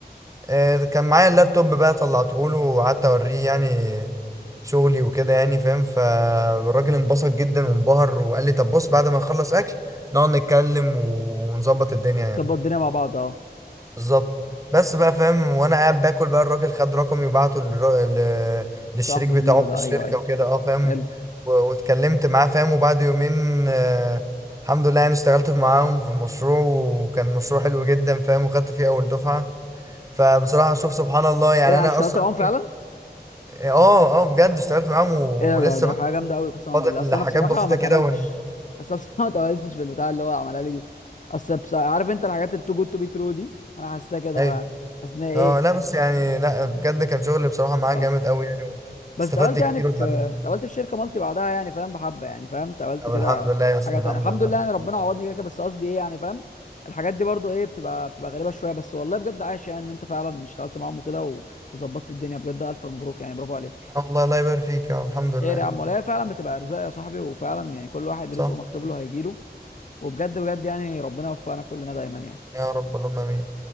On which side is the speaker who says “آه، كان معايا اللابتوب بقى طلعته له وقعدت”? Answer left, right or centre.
Right